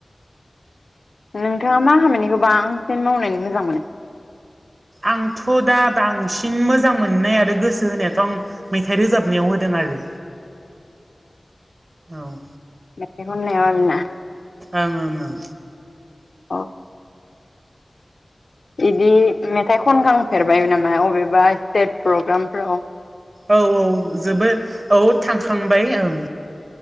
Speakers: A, on the left; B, on the right.
A: नोंथाङा मा खामानिखौ बांसिन मावनानै मोजां मोनो
B: आंथ' दा बांसिन मोजां मोननाय आरो गोसो होनायाथ' आं मेथाइ रोजाबनायाव होदों आरो
A: <inaudible>
B: औ
A: आरोना
B: ओं ओं ओं।
A: औ। बिदि मेथाइ खनखांफेरबाय नामा अबेबा स्टेज प्रग्राम फाव
B: औ औ जोबोद औ थांखांबाय ओं